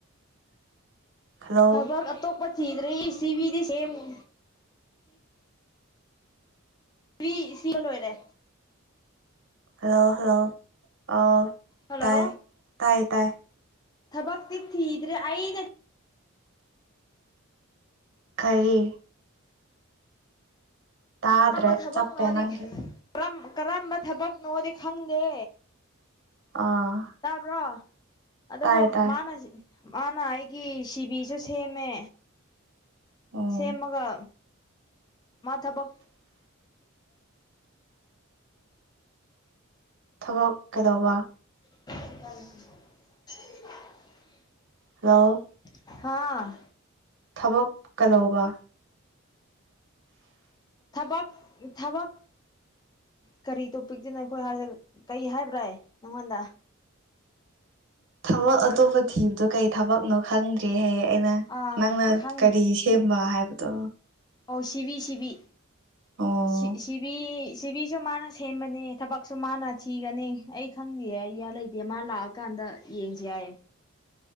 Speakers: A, on the right; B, on the left.
A: ꯍꯜꯂꯣ
B: ꯊꯕꯛ ꯑꯇꯣꯞꯄ ꯊꯤꯗ꯭ꯔꯤ ꯁꯤꯕꯤꯗꯤ ꯁꯦꯝꯃꯤ ꯁꯤꯕꯤ ꯁꯦꯝꯕ ꯂꯣꯏꯔꯦ
A: ꯍꯜꯂꯣ ꯍꯜꯂꯣ ꯑꯣ
B: ꯍꯜꯂꯣ
A: ꯇꯥꯏ ꯇꯥꯌꯦ ꯇꯥꯌꯦ
B: ꯊꯕꯛꯇꯤ ꯊꯤꯗ꯭ꯔꯦ ꯑꯩꯅ
A: ꯀꯔꯤ ꯇꯥꯗ꯭ꯔꯦ
B: ꯀꯔꯝꯕ ꯊꯕꯛꯅꯣꯗꯤ
A: ꯆꯞꯄꯦ ꯅꯪꯒꯤ
B: ꯀꯔꯝ ꯀꯔꯝꯕ ꯊꯕꯛꯅꯣꯗꯤ ꯈꯪꯗꯦ
A: ꯑꯥ
B: ꯇꯥꯕ꯭ꯔꯣ ꯑꯗꯨꯕꯣ
A: ꯇꯥꯏ ꯇꯥꯏ
B: ꯃꯅꯥ ꯁꯤ ꯃꯥꯅ ꯑꯩꯒꯤ ꯁꯤꯕꯤꯁꯨ ꯁꯦꯝꯃꯦ
A: ꯎꯝ
B: ꯁꯦꯝꯃꯒ ꯃꯥ ꯊꯕꯛ
A: ꯊꯕꯛ ꯀꯩꯗꯧꯕ
B: <unintelligible>
A: ꯍꯜꯂꯣ
B: ꯍꯥꯥ
A: ꯊꯕꯛ ꯀꯩꯗꯧꯕ
B: ꯊꯕꯛ ꯊꯕꯛ ꯀꯔꯤ ꯇꯣꯄꯤꯛꯇꯁꯤꯅꯣ ꯑꯩꯈꯣꯏ ꯀꯩ ꯍꯥꯏꯕ꯭ꯔꯥ ꯅꯪꯉꯣꯟꯗ
A: ꯊꯕꯛ ꯑꯇꯣꯞꯄ ꯊꯤꯕꯗꯣ ꯀꯩ ꯊꯕꯛꯅꯣ ꯈꯪꯗ꯭ꯔꯦ ꯍꯥꯏꯌꯦ ꯑꯩꯅ
B: ꯑꯥ
A: ꯅꯪꯅ
B: ꯈꯪ
A: ꯀꯔꯤ ꯁꯦꯝ ꯍꯥꯏꯕꯇꯣ
B: ꯑꯧ ꯁꯤꯕꯤ ꯁꯤꯕꯤ
A: ꯑꯣ
B: ꯁꯤ ꯁꯤꯕꯤ ꯄ꯭ꯔꯤꯊꯤꯕꯤꯁꯨ ꯃꯥꯅ ꯁꯦꯝꯃꯅꯤ ꯊꯕꯛꯁꯨ ꯃꯥꯅ ꯊꯤꯒꯅꯤ ꯑꯩ ꯈꯪꯗꯦ ꯑꯩꯌꯥ ꯂꯩꯇꯦ ꯃꯥ ꯂꯥꯛꯑꯀꯥꯟꯗ ꯌꯦꯡꯁꯤ ꯌꯥꯏꯌꯦ